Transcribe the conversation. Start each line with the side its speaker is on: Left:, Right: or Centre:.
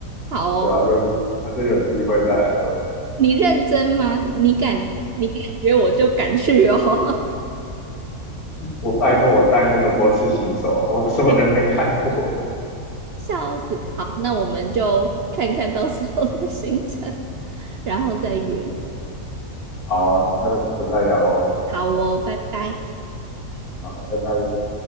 Right: 好哦，
Left: 对啊，有他就有机会再来咯。
Right: 你认真吗？你敢你敢约我就敢去哦。
Left: 我拜托我带那么多次新手啊，我什么人没看过？
Right: <laughs> 笑死！好，那我们就看看到时候的行程，然后再约。
Left: 好啊，那就再聊喽。
Right: 好哦，拜拜。
Left: 好，拜拜。